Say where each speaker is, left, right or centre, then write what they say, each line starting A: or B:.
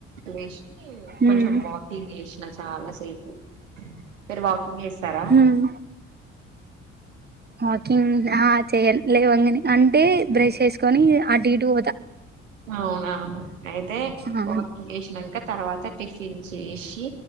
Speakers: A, on the right; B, on the right.
A: లేషి
B: మ్మ్
A: కొంచెం వాకింగ్ చేసినా చాలా సేపు మీరు వాకింగ్ చేస్తార
B: మ్మ్ వాకింగ్ చెయ లేవంగని అంటే బ్రష్ చేసుకొని అటు ఇటు పోత
A: అవునా అయితే
B: ఆ
A: వాకింగ్ చేసినాక తర్వాత టి టిఫిన్ చేసి